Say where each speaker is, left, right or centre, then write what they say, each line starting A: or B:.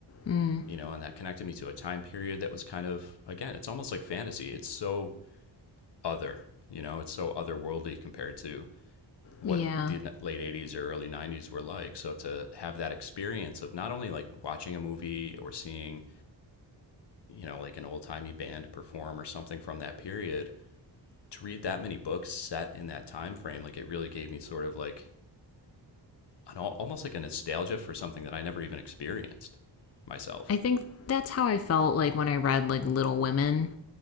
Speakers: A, on the left; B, on the left.
A: Mm,
B: you know, and that connected me to a time period that was kind of, again, it's almost like fantasy. It's so other, you know, it's so otherworldly compared to what
A: yeah.
B: the late 80s or early 90s were like. So to have that experience of not only like watching a movie or seeing, you know, like an old timey band perform or something from that period, to read that many books set in that time frame, like it really gave me sort of like an, almost like a nostalgia for something that I never even experienced myself.
A: I think that's how I felt like when I read like Little Women.